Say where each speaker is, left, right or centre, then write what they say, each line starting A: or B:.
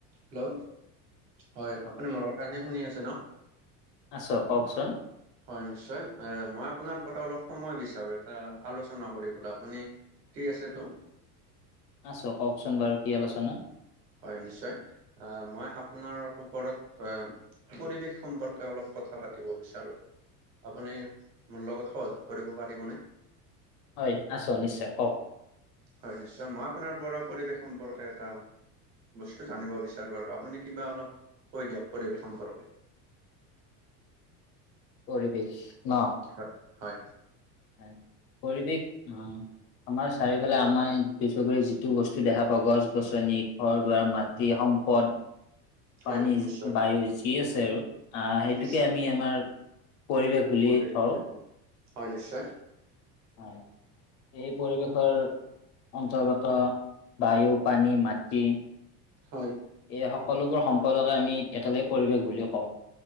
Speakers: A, on the right; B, on the left.
A: Hello, হয় আপুনি মোৰ কথাখিনি শুনি আছে ন?
B: আছো কওকচোন।
A: হয় নিশ্চয়, এ মই আপোনাৰ পৰা অলপ সময় বিচাৰো এটা আলোচনা কৰিবলৈ আপুনি ফ্ৰী আছে তো
B: আছো কওকচোন বাৰু কি আলোচনা।
A: হয় নিশ্চয়, আ মই আপোনাৰ ওপৰত এ পৰিৱেশ সম্পৰ্কে অলপ কথা পাতিব বিচাৰোঁ। আপুনি মোৰ লগত সহযোগ কৰিব পাৰিবনে?
B: হয় আছো নিশ্চয় কওক।
A: হয় নিশ্চয়, মই আপোনাৰ পৰা পৰিৱেশ সম্পৰ্কে এটা বস্তু জানিব বিচাৰো আৰু আপুনি কিবা অলপ কৈ দিয়ক পৰিৱেশ সম্পৰ্কে।
B: পৰিৱেশ ন?
A: হয় হয়।
B: হয় পৰিবেশ অ আমাৰ চাৰিওফালে আমাৰ দুচকুৰে যিটো বস্তু দেখা পাওঁ গছ-গছনি ঘৰ-দুৱাৰ, মাটি, সম্পদ, পানী,
A: হয় নিশ্চয়
B: বায়ু যি আছে আৰু। আ' সেইটোকে
A: নিশ্চয়
B: আমি আমাৰ পৰিৱেশ বুলি
A: পৰিৱেশ
B: ধৰো
A: বুলি কওঁ, হয় নিশ্চয়।
B: হয়, এই পৰিৱেশৰ অন্তৰ্গত বায়ু, পানী, মাটি।
A: হয়।
B: এই সকলোবোৰ সম্পদকে আমি একালগে পৰিৱেশ বুলি কওঁ।